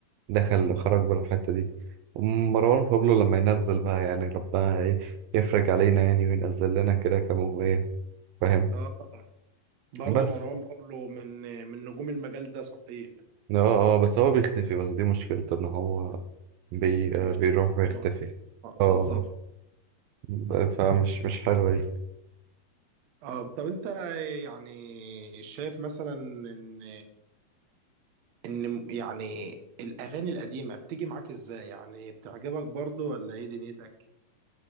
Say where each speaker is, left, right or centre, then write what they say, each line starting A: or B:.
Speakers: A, on the right; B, on the right.
A: دخل
B: مم،
A: خرج
B: بالظبط.
A: بالحتة دي مروان بابلو لما ينزل بقى يعني ربنا ي- يفرج علينا يعني وينزل لنا كده كمغنية فاهم
B: اه برضه
A: بس
B: مروان بابلو من من نجوم المجال ده صحيح
A: اه اه بس هو بيختفي بس دي مشكلته ان هو بي
B: مش
A: آه، بيروح ويختفي
B: موجود آه،
A: اه
B: بالظبط
A: ب- فمش مش حلوة دي
B: اه طب انت يعني شايف مثلا ان ان يعني الاغاني القديمه بتيجي معاك ازاي يعني بتعجبك برضو ولا ايه دنيتك